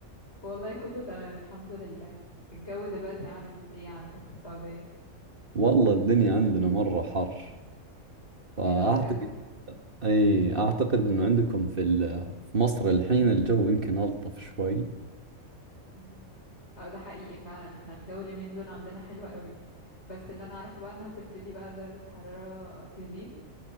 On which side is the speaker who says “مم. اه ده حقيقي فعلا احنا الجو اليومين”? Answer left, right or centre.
Left